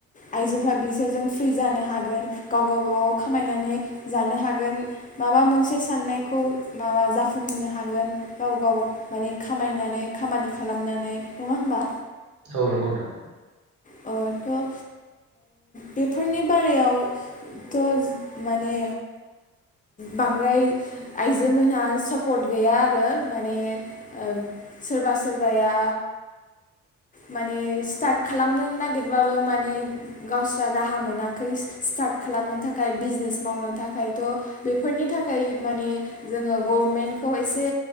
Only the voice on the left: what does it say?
आइजोफ्रा बिसोरजों फ्रि जानो हागोन गाव गबाव खामायनानै जानो हागोन माबा मोनसे साननायखौ माबा जाफुंहोनो हागोन गाव गाव माने खामायनानै खामानि खालामनानै नङा होमबा
अ थ'ओ बेफोरनि बारायावथ' माने बांद्राय आइजो मोनहा सापर्ट गैया आरो माने ओब सोरबा सोरबाया माने स्टार्ट खालामनो नागिरबाबो माने गावस्रा राहा मोनाखै स स्टार्ट खालामनो थाखाय बिजनेस मावनो थाखाय थ' बेफोरनि थाखाय माने जोङो गभमेन्टखौ एसे